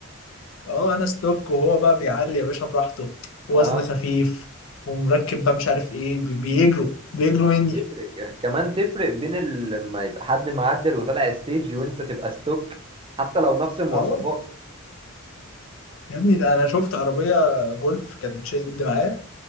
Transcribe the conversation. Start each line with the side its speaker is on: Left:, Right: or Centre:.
Left: اه انا ستوك وهو بقى بيعلي يا باشا براحته وزن
Right: اه
Left: خفيف ومركب بقى مش عارف ايه بي- بيجروا بيجروا
Right: وتفرق
Left: مني
Right: يعني كمان تفرق بين ال- لما يبقى حد معدل وطالع ستيج وانت تبقى ستوك حتى لو نفس المواصفات
Left: اه يا ابني ده انا شفت عربيه جولف كانت بتشد معايا